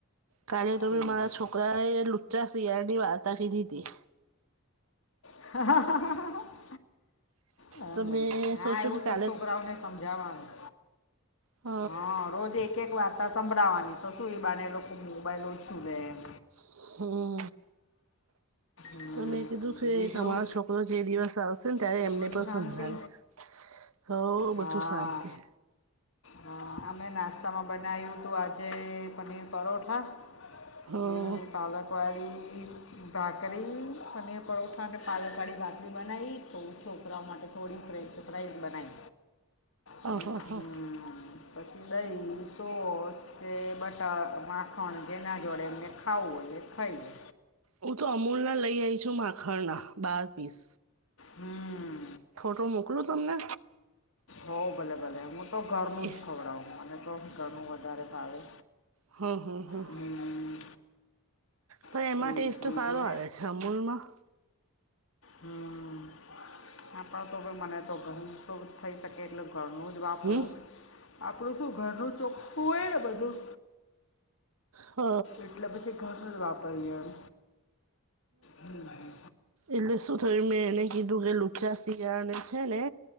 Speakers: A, on the right; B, on the left.
A: કાલે તો
B: ઠીક.
A: મેં મારા છોકરાને લુચ્ચા શિયાળની વાર્તા કીધીતી.
B: હા હ હ હ હા
A: તો
B: ને
A: મેં
B: હા
A: સોચ્યું
B: એવું
A: કે કાલે
B: તો છોકરાઓને સમજાવાનું.
A: હ
B: હા રોજ એક એક વાર્તા સંભળાવાની તો શું એ બાને એ લોકો મોબાઈલ ઓછું લે એમ.
A: હમ
B: હમ,
A: ત મેં કીધું કે
B: બીજું
A: તમારો છોકરો જે દિવસ આવશે ને ત્યારે
B: બીજું
A: એમને
B: બધું
A: પણ
B: શાંતિ
A: સંભળાવીશ. હો
B: હા
A: બધું શાંતિ હ
B: હા અમે નાસ્તામાં બનાયું તું આજે પનીર પરોઠા.
A: હા
B: ને પાલક વાળી ભાખરી અને પરોઠા અને પાલકવાળી ભાખરી બનાઈ તો હું છોકરાઓ માટે થોડી ફ્રેન્ચ ફ્રાઈસ બનાઈ. હમ
A: હા હા
B: પછી દહીં, સોસ કે બટર, માખણ જેના જોડે એમને ખાવું હોય એ ખઈ લે.
A: હું તો અમૂલના લઈ આઈ છુ માખણના બાર પીસ.
B: હમ
A: ફોટો મોકલું તમને?
B: હોવ ભલે ભલે હું તો ઘરનું
A: એ
B: જ ખવડાવું મને તો ઘરનું વધારે ભાવે.
A: હહ હહ હહ
B: હમ
A: પણ
B: ઠીક
A: એમાં ટેસ્ટ
B: બીજું
A: સારો આવે છે અમૂલમાં.
B: હમ ના પણ તોભી મને તો ઘરનું તો થઈ શકે એટલે ઘરનું જ વાપરું.
A: હમ
B: આપણું શું ઘરનું ચોખ ખુ હોય ને બધું
A: હ હ
B: એટલે પછી ઘરનું જ વાપરીએ એમ હમ હમ.
A: એટલે શું થયું મેં એને કીધું કે લુચ્ચા શિયાળને છે ને